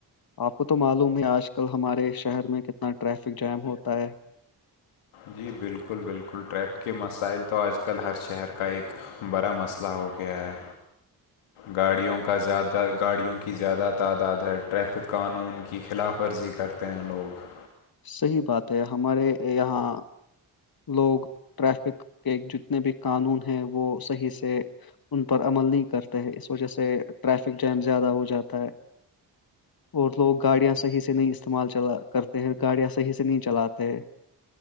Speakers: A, on the left; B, on the left.
A: آپ کو تو معلوم ہے آج کل ہمارے شہر میں کتنا ٹریفک جام ہوتا ہے
B: جی بالکل بالکل ٹریف کے مسائل تو آج کل ہر شہر کا ایک ہے بڑا مسئلہ ہو گیا ہے گاڑیوں کا زیادہ گاڑیوں کی زیادہ تعداد ہے ٹریفک قانون کی خلاف ورزی کر تین لوگ
A: صحیح بات ہے ہمارے یہاں لوگ ٹریفک کے جتنے بھی قانون ہیں وہ صحیح سے ان پر عمل نہیں کرتے ہیں اس وجہ سے ٹریفک جیم زیادہ ہو جاتا ہے اور لوگ گاڑیاں صحیح سے نہیں استعمال چلا کرتے ہیں گاڑیاں صحیح سے نہیں چلاتے ہیں